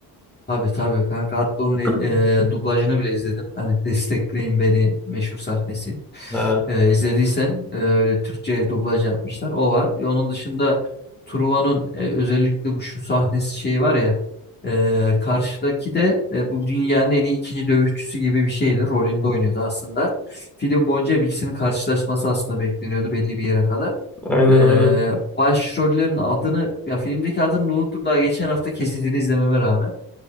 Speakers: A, on the left (about 25°); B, in the centre.
A: Tabii tabii kanka hatta onun e,
B: <clears throat>
A: dublajını bile izledim. Hani destekleyin beni meşhur sahnesi.
B: Evet.
A: E, izlediysen e, öyle Türkçe dublaj yapmışlar. O var. E, onun dışında Truva'nın e, özellikle bu şu sahnesi şey var ya e, karşıdaki de e, bu dünyanın en iyi ikinci dövüşçüsü gibi bir şeydi. Rolünde oynuyordu aslında. Film boyunca hep ikisinin karşılaşması aslında bekleniyordu belli bir yere kadar.
B: Aynen
A: E,
B: aynen.
A: başrollerin adını ya filmdeki adını unuttum daha geçen hafta kesitini izlememe rağmen.